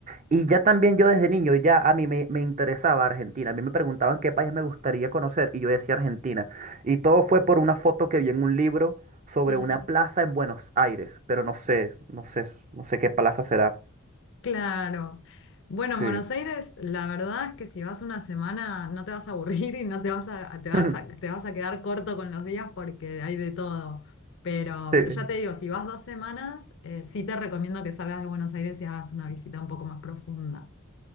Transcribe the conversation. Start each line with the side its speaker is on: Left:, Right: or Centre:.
Right: Y ya también yo desde niño, ya a mí me, me interesaba Argentina. A mí me preguntaban qué país me gustaría conocer y yo decía Argentina. Y todo fue por una foto que vi en un libro sobre
Left: ¿no?
Right: una plaza en Buenos Aires, pero no sé, no sé, no sé qué plaza será.
Left: Claro. Bueno,
Right: Sí.
Left: en Buenos Aires, la verdad es que si vas una semana no te vas a aburrir y no te vas a, te vas
Right: <laughs>
Left: a, te vas a quedar corto con los días porque hay de todo. Pero,
Right: Sí.
Left: pero ya te digo, si vas dos semanas, eh, sí te recomiendo que salgas de Buenos Aires y hagas una visita un poco más profunda.